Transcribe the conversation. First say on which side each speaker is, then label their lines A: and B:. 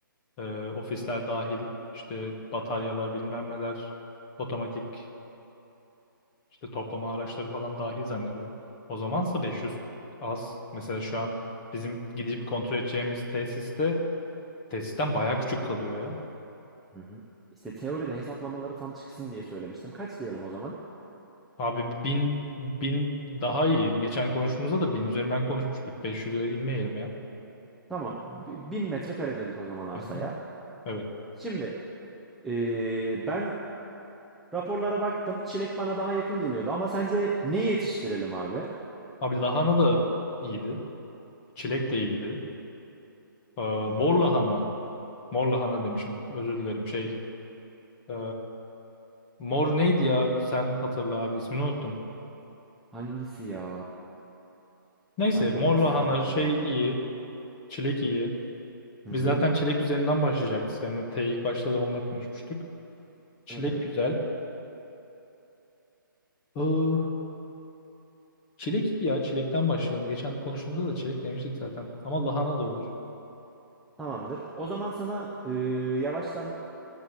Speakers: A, on the left (about 15°); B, in the centre.
A: e, ofisler dahil işte bataryalar bilmem neler otomatik işte toplama araçları falan dahil zannediyorum. O zamansa 500 az. Mesela şu an bizim gidip kontrol edeceğimiz tesiste tesisten bayağı küçük kalıyor ya.
B: Hı hı. İşte teoride hesaplamaları tam çıksın diye söylemiştim. Kaç diyelim o zaman?
A: Abi bin, bin daha iyi. Geçen konuşmamızda da bin üzerinden konuşmuştuk. 500'e inmeyelim ya.
B: Tamam. bi- 1000 metrekare dedik o zaman arsaya.
A: Hı hı. Evet.
B: Şimdi eee, ben raporlara baktım. Çilek bana daha yakın geliyordu ama sence ne yetiştirelim abi?
A: Abi lahana da iyiydi. Çilek de iyiydi. Ee,
B: Hı
A: mor
B: hı.
A: lahana. Mor lahana demişim. Özür dilerim. Şey. e, mor neydi ya? Sen hatırla abi. ismini unuttum.
B: Hangisi ya?
A: Neyse.
B: Ben
A: Mor
B: de anımsayamadım
A: lahana
B: şimdi.
A: şey iyi. Çilek iyi.
B: Hı hı.
A: Biz zaten çilek üzerinden başlayacaktık. Yani te ilk başta da onunla konuşmuştuk. Çilek
B: Evet evet.
A: güzel. Ee, Çilek iyi ya. Çilekten başlayalım. Geçen konuştuğumuzda da çilek demiştik zaten. Ama lahana da olur.
B: Tamamdır. O zaman sana eee, yavaştan